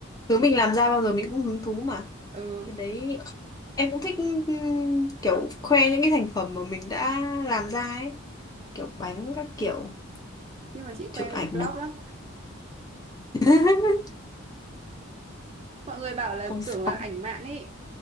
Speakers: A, on the left; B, on the right.
A: thứ mình làm ra bao giờ mình cũng hứng thú mà
B: ừ.
A: cái đấy em cũng thích ừm, kiểu khoe những cái thành phẩm mà mình đã làm ra ấy kiểu bánh các kiểu
B: nhưng mà chị
A: chụp
B: khoe bị
A: ảnh
B: flop
A: mà.
B: lắm
A: <laughs>
B: mọi người bảo là
A: không sao
B: tưởng là ảnh mạng ấy